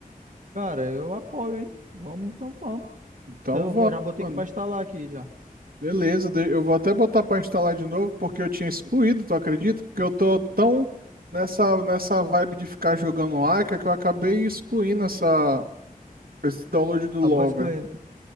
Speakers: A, on the right; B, on the right.
A: Cara, eu apoio, hein? Vamos, então vamos.
B: Então
A: Então,
B: vamos,
A: eu bo- já botei
B: mano.
A: aqui pra instalar aqui já.
B: Beleza, de- eu vou até botar pra instalar de novo, porque eu tinha excluído, tu acredita? Porque eu tô tão nessa, nessa vibe de ficar jogando Aika que eu acabei excluindo essa, esse download do LoL,
A: Acabou <laughs> escolhendo,
B: velho.
A: né?